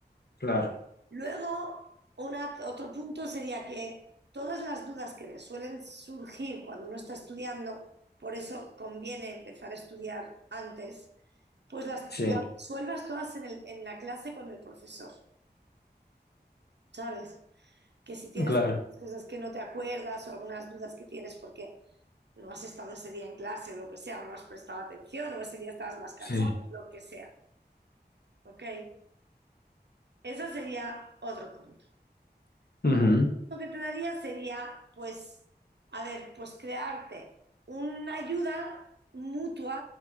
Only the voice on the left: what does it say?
claro,
sí,
claro,
sí.
Ujú,